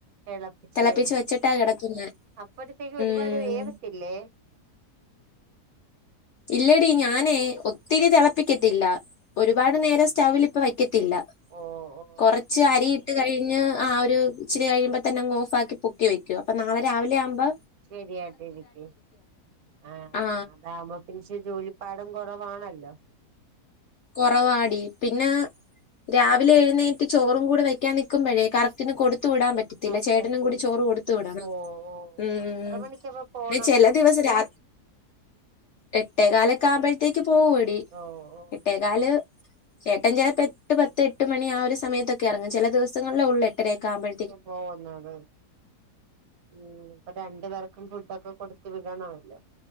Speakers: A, on the right (about 65°); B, on the left (about 70°).
A: തെളപ്പിച്ച്
B: തിളപ്പിച്ച്
A: വെ
B: വെച്ചിട്ടാ കിടക്കുന്നെ
A: അപ്പഴത്തേക്ക്
B: ഉം
A: ഒരുപാട് വേവത്തില്ലേ
B: ഇല്ലെടി ഞാനേ ഒത്തിരി തെളപ്പിക്കത്തില്ല ഒരുപാട് നേരം സ്റ്റൗവിൽ ഇപ്പ വെയ്ക്ക ത്തില്ല
A: ഓ ഓ
B: കൊറച്ച് അരി ഇട്ട് കഴിഞ്ഞ് ആ ഒരു ഇച്ചിരി കഴിയുമ്പോ തന്നെങ്ങ് ഓഫാക്കി പൊക്കി വെക്കും അപ്പൊ നാളെ രാവിലെ ആമ്പോ
A: ശരിയായിട്ടെ നിക്ക് ആഹ്
B: ആ
A: അതാമ്പം പിൻഷെ ജോലിപ്പാടും കൊറവാണല്ലോ
B: കൊറവാടി പിന്ന രാവിലെ എഴുന്നേറ്റ് ചോറും കൂടെ വെക്കൻ നിക്കുമ്പഴേ കറക്റ്റിന് കൊടുത്തു വിടാൻ പ റ്റത്തില്ല
A: പറ്റത്തി
B: ചേട്ടനും കൂടി ചോറ് കൊടുത്തു വിടണം
A: ഓ ഓ ഓ
B: ഉം
A: എത്ര മണിക്കപ്പ പോണം
B: ന്നെ ചെല ദിവസം രാ എട്ടേ കാലൊക്കെ ആവുമ്പഴത്തേക്ക് പോവു എടി
A: ഓഹ്
B: എട്ടേകാല് ഏട്ടൻ ചെലപ്പോ എട്ട് പത്ത് എട്ട് മണി ആ ഒരു സമയത്തൊക്കെ എറങ്ങും ചെല ദിവസങ്ങളിലെ ഒള്ളെ ട്ടെരയൊക്കെ ആവുമ്പഴ
A: ത് പോവുന്നത് ഉം ഇപ്പൊ രണ്ടു പേർ ക്കും ഫുഡ്ഡൊക്കെ കൊടുത്ത് വിടണമല്ലോ